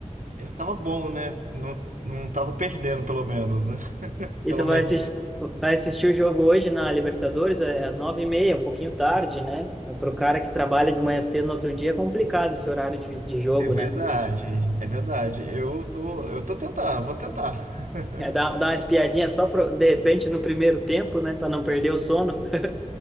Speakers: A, on the right; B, in the centre.
A: Ele tava bom, né? Não, não tava perdendo, pelo menos, né? <laughs>
B: E
A: Pelo
B: tu vai
A: menos.
B: assistir, vai assistir o jogo hoje na Libertadores é, às nove e meia, um pouquinho tarde, né? Para o cara que trabalha de manhã cedo no outro dia é complicado esse horário de, de jogo,
A: É verdade,
B: né?
A: é verdade. Eu tô, eu tô tentando, vou tentar. <laughs>
B: É, dá, dá uma espiadinha só pro, de repente no primeiro tempo, né? Para não perder o sono. <laughs>